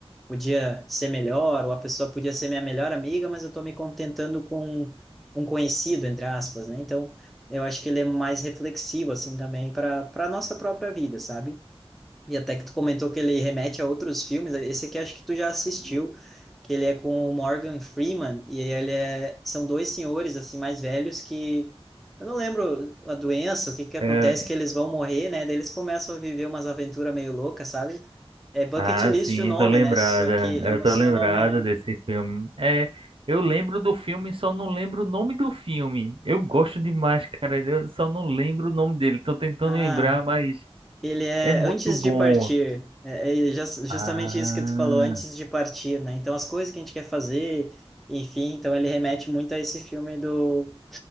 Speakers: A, in the centre; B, on the right.
A: podia ser melhor, ou a pessoa podia ser minha melhor amiga, mas eu estou me contentando com um conhecido, entre aspas, né? Então, eu acho que ele é mais reflexivo, assim, também para para nossa própria vida, sabe? E até que tu comentou que ele remete a outros filmes, esse aqui acho que tu já assistiu, que ele é com o Morgan Freeman, e ele é, são dois senhores, assim, mais velhos que, eu não lembro a doença, o que que acontece,
B: É,
A: que eles vão morrer, né, daí eles começam a viver umas aventuras meio loucas, sabe? É Bucket
B: Ah,
A: List
B: sim,
A: o nome,
B: tô lembrada.
A: né, só que eu
B: Eu
A: não
B: tô
A: sei
B: lembrada
A: o nome...
B: desse filme. É, eu lembro do filme, só não lembro o nome do filme. Eu gosto demais, cara. Eu só não lembro o nome dele. Tô tentando
A: Ah,
B: lembrar, mas
A: Ele é
B: é muito
A: antes
B: bom.
A: de partir, é, é jus- justamente
B: Ah,
A: isso que tu falou, antes de partir, né? Então, as coisas que a gente quer fazer, enfim, então ele remete muito a esse filme do,